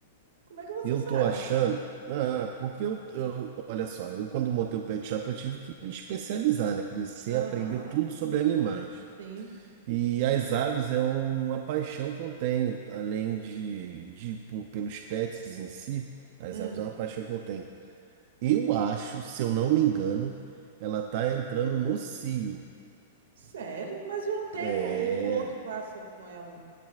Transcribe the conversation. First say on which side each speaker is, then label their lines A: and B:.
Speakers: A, on the right; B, on the right.
A: Como é que você
B: Eu
A: sabe?
B: tô achando. Ah, porque eu, eu- olha só, eu quando montei o pet shop eu tive que me especializar, né? Comecei
A: Aham,
B: a aprender tudo sobre animais.
A: sim.
B: E as aves é uma paixão que eu tenho, além de, de por- pelos pets em si, as
A: Hum,
B: aves é uma paixão que eu tenho. Eu acho, se eu não me engano, ela tá entrando no cio.
A: sério? Mas eu não tenho
B: É,
A: um, um outro pássaro com ela.